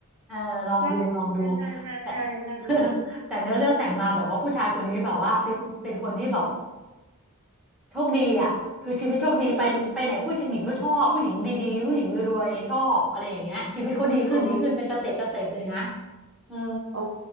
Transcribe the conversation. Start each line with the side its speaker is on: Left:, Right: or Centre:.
Centre: เออลองดูลองดู
Right: ใช่ใช่ใช่ใช่ใช่น่าดู
Centre: แต่ <laughs> แต่เนื้อเรื่องแต่งมาแบบว่าผู้ชายคนนี้แบบว่าเป็นเป็นคนที่แบบ โชคดีอ่ะคือชีวิตโชคดีไปไปไหนผู้หญิงก็ชอบผู้หญิงดีๆผู้หญิงรวยๆชอบอะไรอย่างเงี้ยชีวิตเขาดีขึ้นดีขึ้นเป็นสเต็ปสเต็ปเลยนะ
Right: อืมอืมอ๋อ
Centre: เออ
Right: อ๋อ